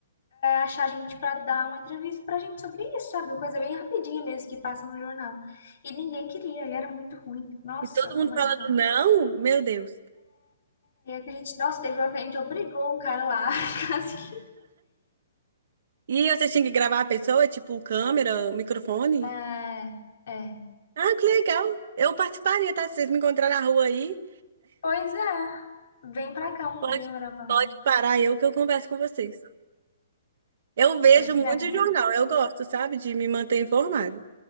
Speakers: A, on the left; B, on the right.
A: achar a gente para dar uma entrevista pra gente sobre isso, sabe? Uma coisa bem rapidinha mesmo que passa no jornal. E ninguém queria, e era muito ruim. Nossa,
B: E todo
A: traumatizante.
B: mundo falando não, meu Deus.
A: E aí que a gente, nossa, teve uma que a gente obrigou um cara lá, <laughs> quase que.
B: E você tinha que gravar a pessoa, tipo, câmera, microfone?
A: É, é.
B: Ah, que legal. Eu participaria, tá? Se vocês me encontrarem na rua aí,
A: Pois é, vem pra cá um
B: pode,
A: dia gravando.
B: pode parar eu que eu converso com vocês. Eu vejo
A: Pois
B: muito
A: é, tem
B: jornal,
A: todo mundo
B: eu gosto,
A: assim.
B: sabe, de me manter informada.